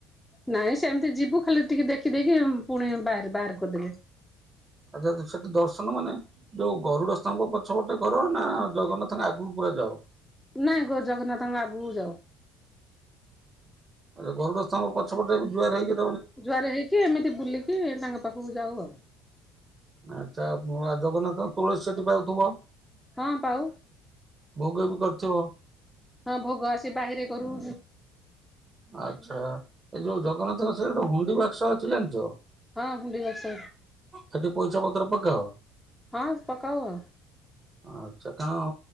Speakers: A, in the centre; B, on the right.
A: ନାଇଁ ସେମିତି ଯିବୁ ଖାଲି ଟିକେ ଦେଖିଦେଇକି ପୁଣି ବାହାର ବାହାର କରିଦେବେ।
B: ଆଛା, ସେଠି ଦର୍ଶନ ମାନେ ଯଉ ଗରୁଡସ୍ଥବ ପଛପଟେ କର ନା ଜଗନ୍ନାଥଙ୍କ ଆଗକୁ ପୁରା ଯାଅ?
A: ନାଇଁ ଗୋ ଜଗନ୍ନାଥଙ୍କ ଆଗକୁ ଯାଉ
B: ଆ ଗରୁଢସ୍ଥବ ପଛପଟେବି ଜୁଆର ହେଇଛି
A: ଜୁଆରେ ହେଇକି ଏମିତି ବୁଲିକି ତାଙ୍କ ପାଖକୁ ଯାଉ ଆଉ।
B: ଆଚ୍ଛା ଜଗନ୍ନାଥ ତୁଳସୀ ସେଠି ପାଉଥିବ।
A: ହଁ ପାଉ।
B: ଭୋଗ ବି କରିୁଥିବ
A: ହଁ ଭୋଗ ଆସି ବାହିରେ କରୁ।
B: ଆଚ୍ଛା ଏଇ ଯୋଉ ଜଗନ୍ନାଥଙ୍କ ସେ ଜେଉ ଗୁଣ୍ଡି ବାକ୍ସ ଅଛି ଜାଣଛ।
A: ହଁ ହୁଡି ବସ
B: ସେଠି ପଇସା ପତ୍ର ପକାଅ?
A: ହଁ ପକାଉ।
B: ଆଚ୍ଛା କାରଣ